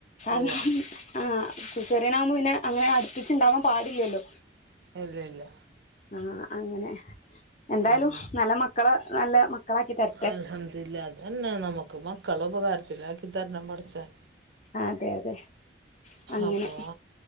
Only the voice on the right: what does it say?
ഉവ്വ
ഇല്ല്യ ഇല്ല്യ
ഉം
അൽഹംദുലില്ലാ അതന്നെ നമുക്ക് മക്കളെ ഉപകാരത്തിലാക്കി തരണം പടച്ചോൻ
അപ്പൊ